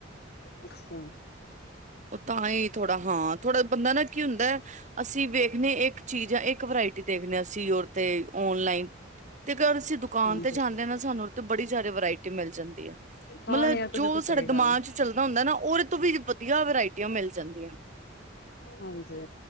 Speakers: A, on the left; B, on the right.
A: ਅੱਛਾ
B: ਓ ਤਾਂ ਹੀ ਥੋੜਾ ਹਾਂ ਥੋੜਾ ਬੰਦਾ ਨਾ ਕੀ ਹੁੰਦਾ ਐ। ਅਸੀਂ ਵੇਖਣੇ ਇੱਕ ਚੀਜ਼ ਜਾਂ ਇੱਕ ਵਰਾਇਟੀ ਦੇਖਦੇ ਅਸੀਂ ਔਰ ਤੇ ਓਨਲਾਈਨ ਤੇ ਅਗਰ ਅਸੀਂ ਦੁਕਾਨ
A: ਹਾਂਜੀ
B: ਤੇ ਜਾਂਦੇ ਹ ਨਾ ਸਾਨੂੰ ਉ ਬੜੀ ਸਦਾ ਵਰਾਇਟੀ ਮਿਲ ਜਾਂਦੀ ਐ।
A: ਹਾਂ
B: ਮਤਲਬ
A: ਨਹੀਂ ਇਹ ਤਾਂ
B: ਜੋ
A: ਬਿਲਕੁਲ
B: ਸਾਡੇ
A: ਸਹੀ
B: ਦਿਮਾਗ
A: ਗੱਲ
B: 'ਚ ਚੱਲਦਾ ਹੁੰਦਾ ਨਾ ਉਦੇ ਤੋਂ ਵੀ ਵਧੀਆ ਵਰਾਇਟੀਆਂ ਮਿਲ ਜਾਂਦੀਆਂ।
A: ਹਾਂਜੀ